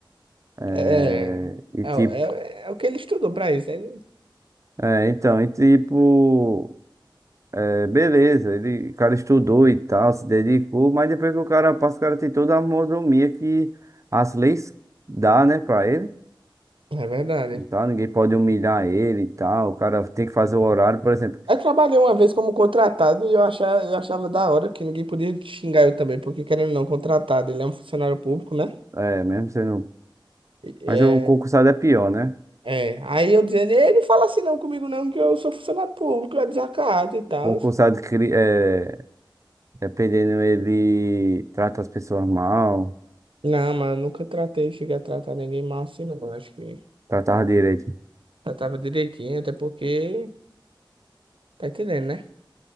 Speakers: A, on the right; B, on the right.
A: É,
B: É,
A: e
B: é,
A: tipo,
B: é, é é o que ele estudou pra isso, ele...
A: é, então, e tipo, é, beleza, ele, o cara estudou e tal, se dedicou, mas depois que o cara passa, o cara tem toda a mordomia que as leis dá, né, pra ele.
B: É verdade.
A: Então, ninguém pode humilhar ele e tal, o cara tem que fazer o horário, por exemplo.
B: Eu trabalhei uma vez como contratado e eu achava, eu achava da hora que ninguém podia xingar eu também, porque querendo ou não, contratado, ele é um funcionário público, né?
A: É, mesmo sendo
B: E- É,
A: Mas o concursado é pior, né?
B: é. Aí eu dizendo, ele não fala assim não comigo não, que eu sou funcionário público, é desacato e tal.
A: O concursado, cri- é, dependendo, ele trata as pessoas mal,
B: Não, mas eu nunca tratei, cheguei a tratar ninguém mal assim não, eu acho que
A: tratava direito.
B: tratava direitinho, até porque, tá entendendo, né?